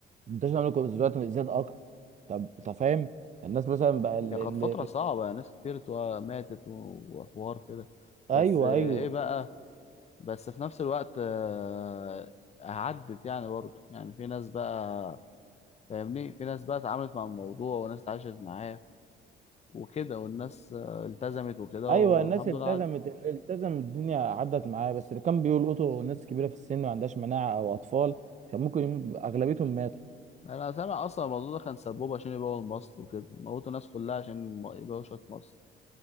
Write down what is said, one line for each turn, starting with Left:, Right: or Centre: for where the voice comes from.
Right: منتشر من الكورونا دلوقتي زاد اكتر طب انت فاهم الناس مثلا بقى اللي...
Left: هي كانت
Right: اللي...
Left: فتره صعبه ناس كتير تو- ماتت و- وحوار كده بس
Right: ايوه
Left: ايه
Right: ايوه
Left: بقى بس في نفس الوقت آه، عدت يعني برضه يعني في ناس بقى فاهمني في ناس بقى اتعاملت مع الموضوع وناس اتعاشت معاه وكده والناس آه، التزمت وكده
Right: ايوه
Left: والحمد
Right: الناس التزمت
Left: لله عدت
Right: اللي التزم الدنيا عدت معاه بس اللي كان بيلقطوا ناس كبيره في السن ما عندهاش مناعه او اطفال كان ممكن يموت- اغلبيتهم ماتوا
Left: انا سامع اصلا الموضوع ده كان سبوبة عشان يبيعوا المصل وكده موتوا الناس كلها عشان م- يبيعوا شوية مصل